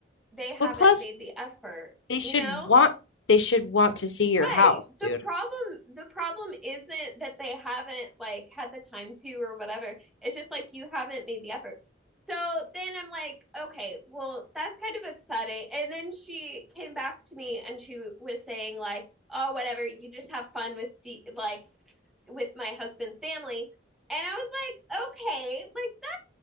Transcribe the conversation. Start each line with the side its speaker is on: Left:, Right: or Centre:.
Centre: they haven't
Left: Well, plus
Centre: made the effort,
Left: they should
Centre: you know?
Left: want they should want to see your
Centre: Right.
Left: house,
Centre: The
Left: dude.
Centre: problem the problem isn't that they haven't like had the time to or whatever. It's just like you haven't made the effort. So then I'm like, okay, well that's kind of upsetting. And then she came back to me and she was saying like, oh whatever, you just have fun with Steve like with my husband's family. And I was like, okay, like